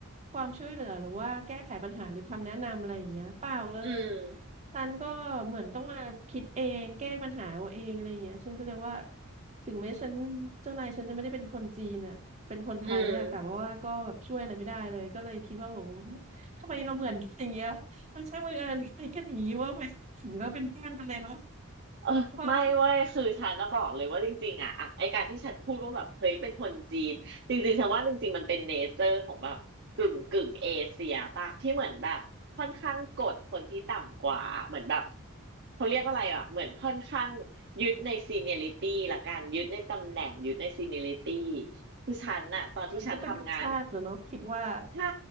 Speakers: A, on the right; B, on the right.
A: ความช่วยเหลือหรือว่าแก้ไขปัญหาหรือคำแนะนำอะไรอย่างเงี้ยเปล่าเลย
B: <laughs> อืม
A: ฉันก็เหมือนต้องมาคิดเองแก้ปัญหาเอาเองอะไรอย่างเงี้ยฉันก็เลยว่าถึงแม้ฉันเจ้านายฉันจะไม่ได้เป็นคนจีนอ่ะเป็นคนไทยเนี่ยแต่ว่าก็แบบช่วยอะไรไม่ได้เลยก็เลยคิดว่าโห
B: อืม
A: ทำไมเราเหมือนกันอย่างเงี้ยมันช่างบังเอิญ <laughs> กันอย่างงี้ว่าไหม ถือวเป็นเพื่อนกันเลยเนาะ
B: เออไม่เว้ยคือฉันนะบอกเลยว่าจริงๆอ่ะอะไอการที่ฉันพูดว่าแบบเฮ้ยเป็นคนจีนจริงๆฉันว่าจริงๆมันเป็นเนเจอร์ของแบบกึ่งกึ่งเอเชียป่ะที่เหมือนแบบค่อนข้างกดคนที่ต่ำกว่าเหมือนแบบ
A: เพราะว่า
B: เขาเรียกว่าอะไรอ่ะเหมือนค่อนข้างยึดในซีเนียริตี้ละกันยึดในตำแหน่งยึดในซีเนียริตี้คือฉันน่ะตอนที่ฉันทำงาน
A: มันก็เป็นทุกชาติเนอะเนาะคิดว่า
B: ใช่